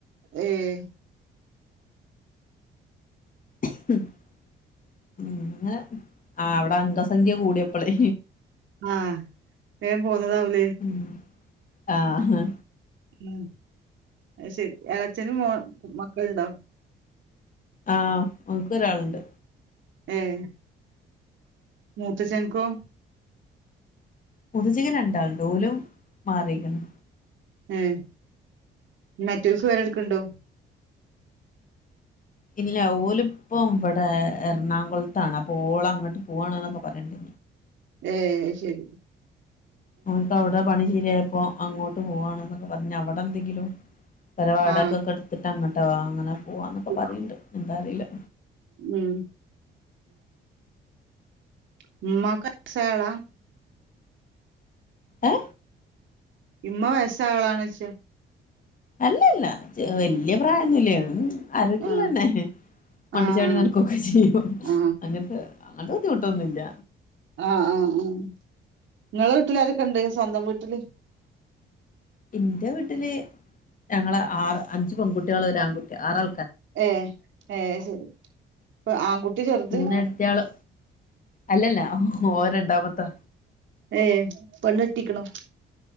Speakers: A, on the right (about 70°); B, on the left (about 40°).
A: ഏഹ്
B: ഉം ആ അവിടെ അംഗസംഖ്യ കൂടിയപ്പോളേ
A: ആഹ് വേഗം പോന്നതാവൂലേ
B: ഉം ആഹ് ഹ്
A: ഉം ശെരി ഇളയച്ചനും മോ മക്കളുണ്ടോ
B: ആഹ് എനക്കും ഒരാളുണ്ട്
A: ഏഹ് മൂത്ത ചേട്ട്നിക്കോ
B: മൂത്താച്ചിക്ക് രണ്ടാളുണ്ട് ഓലും മാറിക്കണ്
A: ഉം മെറ്റൽസ് വേറെ എടുക്കണുണ്ടോ
B: ഇല്ല ഓലിപ്പം ഇവിടെ എറണാകുളത്താണ് അപ്പൊ ഓള് അങ്ങോട്ട് പോവാണ് എന്നൊക്കെ പറയണ്ട്
A: ഏഹ് ശെരി
B: ഓന്ക്ക് അവിടെ പണിശെരിയായപ്പോ അങ്ങോട്ട് പോവാണ് എന്നൊക്കെ പറഞ്ഞ് അവിടെ എന്തെങ്കിലും പരുപാടൊക്കെ
A: ആ
B: കൊടുത്തിട്ട് അങ്ങട്ട് ഫോവാം അങ്ങനെ പോവാന്നൊക്കെ
A: ഉം
B: പറയണ്ട് എന്താ അറിയില്ല
A: ഉം <unintelligible>
B: ഏ
A: ഇമ്മ വയസാളാണെച്ച്
B: അല്ലല്ല വല്യ പ്രായൊന്നില്ല്യ ആരോഗ്യവുള്ള
A: ആ
B: തന്നെ മണ്ടേച്ചാടി
A: ആ ആ
B: നടക്കൊക്കെ ചെയ്യും
A: ആ
B: അങ്ങനത്തെ അങ്ങനത്തെ ബുദ്ധിമുട്ടൊന്നുമില്ല
A: ആഹ് ആഹ് ആഹ് നിങ്ങളെ വീട്ടിലാരൊക്കെ ഇണ്ട് സ്വന്തം വീട്ടില്
B: എന്റെ വീട്ടില് ഞങ്ങള് ആറ് അഞ്ച് പെൺകുട്ടികള് ഒരു ആൺകുട്ടി ആറാ
A: ഏ ഏ ശരി ഇപ്പൊ ആൺകുട്ടി കൂട്യ ചേർത്ത്
B: മൂന്നേടത്തിയാള് അല്ലല്ല ഓൻ രണ്ടാമത്താ
A: ഏ് പണ്ട്ടിക്കണം